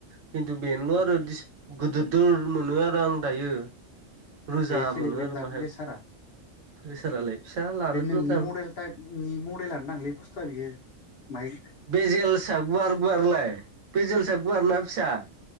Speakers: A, on the right; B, on the left.
A: खिन्थु बेनोल'
B: उम
A: आरो गिदिरदोर मोनो आरो आं दायो रोजा
B: बेयो थेलेब
A: मोनो
B: लेबदां
A: आरो माहाय
B: बे सारा
A: इसोरालाय फिसा लानो
B: बे नोंनि
A: मोजां
B: मडेल टाइपनि मडेलानो दांलै बुस्थुआ बियो बाहायक
A: बे जेलसा गुवार गुवारलाय बे जेलसा गुवार ना फिसा